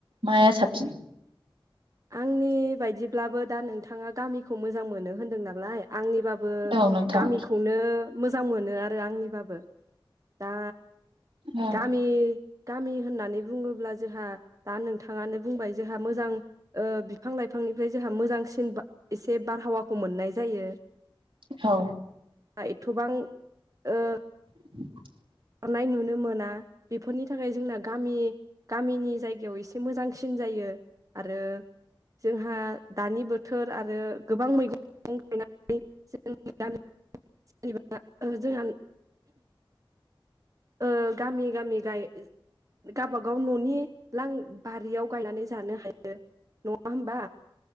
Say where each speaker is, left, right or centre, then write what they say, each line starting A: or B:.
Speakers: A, on the right (about 75°); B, on the right (about 40°).
A: माया साबसिन?
B: आंनि बायदिब्लाबो दा नोंथाङा गामिखौ मोजां मोनो होनदों नालाय आंनिबाबो बो
A: औ नोंथां
B: गामिखौनो मोजां मोनो। आरो आंनिबाबो दा
A: औ
B: गामि गामि होननानै बुङोब्ला जोंहा दा नोंथाङानो बुंबाय जोंहा मोजां ओ बिफां लाइफांनिफ्राय जोंहा मोजांसिन एसे बारहावाखौ मोननाय जायो।
A: औ
B: एथ'बां ओ
A: <inaudible>
B: नाय नुनो मोना बेफोरनि थाखाय जोंना गामि गामिनि जायगायाव एसे मोजांसिन जायो आरो जोंहा दानि बोथोर आरो गोबां मैगं <unintelligible> थाइगं <unintelligible> गायनानै जों <unintelligible> गामिबा <unintelligible> जोंहा ओ गामि गामि गाय गबागाव न'नि लां बारियाव गायनानै जानो हायो नङा होबा?